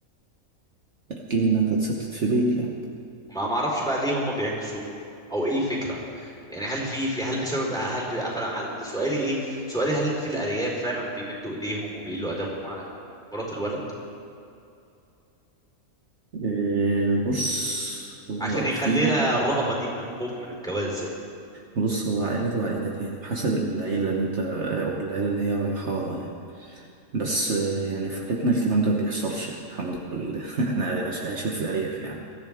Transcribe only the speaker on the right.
أكيد إنها تتستت في بيت يعني
إيه بص هو
في
بص هو عائلات وعائلات يعني بحسب العيلة اللي انت او العيلة اللي هي رايحاها يعني بس آه، يعني في عيلتنا الكلام ده بيحصلش يعني الحمد لله <laughs> احنا عايش- عايشين في ارياف يعني